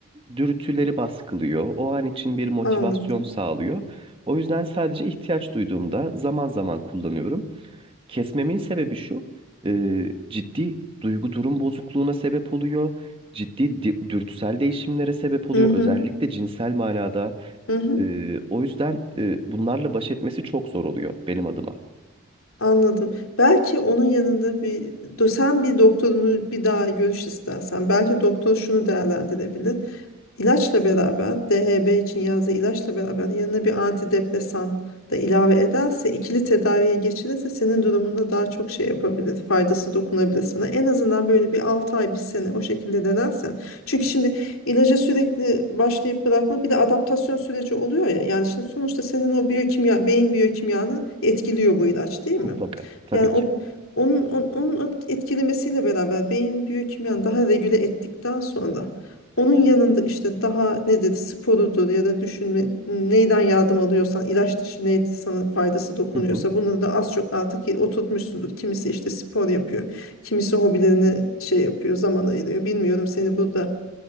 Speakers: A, on the right; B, on the left.
A: dürtüleri baskılıyor. O an için bir motivasyon
B: anladım.
A: sağlıyor. O yüzden sadece ihtiyaç duyduğumda zaman zaman kullanıyorum. Kesmemin sebebi şu, e, ciddi duygu durum bozukluğuna sebep oluyor. Ciddi di- dürtüsel değişimlere sebep oluyor.
B: Hı hı,
A: Özellikle cinsel manada.
B: hı hı,
A: Ee, o yüzden e, bunlarla baş etmesi çok zor oluyor benim adıma.
B: anladım. Belki onun yanında bir do- sen bir doktorunu bir daha görüş istersen belki doktor şunu değerlendirebilir. İlaçla beraber DHB için yazdığı ilaçla beraber yanına bir antidepresan da ilave ederse ikili tedaviye geçilirse senin durumunda daha çok şey yapabilir. Faydası dokunabilir sana. En azından böyle bir 6 ay bir sene o şekilde denersen. Çünkü şimdi ilaca sürekli başlayıp bırakma bir de adaptasyon süreci oluyor ya. Yani şimdi sonuçta senin o biyokimya, beyin biyokimyanı etkiliyor bu ilaç değil mi?
A: Mutlaka. Tabii
B: Yani o
A: ki.
B: onun, onun, onun etkilemesiyle beraber beyin biyokimyanı daha regüle ettikten sonra onun yanında işte daha nedir sporudur ya da düşünme neyden yardım alıyorsan ilaç dışı neydi sana faydası dokunuyorsa
A: Hı hı.
B: bunları da az çok artık oturtmuşsundur. Kimisi işte spor yapıyor. Kimisi hobilerini şey yapıyor zaman ayırıyor. Bilmiyorum seni burada